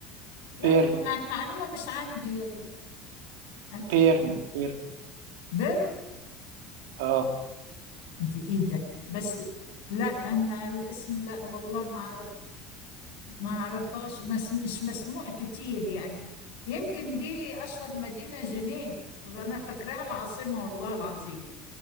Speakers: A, on the left; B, on the right.
A: لا
B: بيرن
A: انا مع- المعلومه مش عندي يلا اكيد
B: بيرن بيرن
A: برد
B: اه
A: دي ايه ده بس لا انا الاسم لا والله ما اعرف ما اعرفهاش مس مش مسموع كتير يعني يمكن دي اشهر مدينه جنيف انا فاكراها العاصمه والله العظيم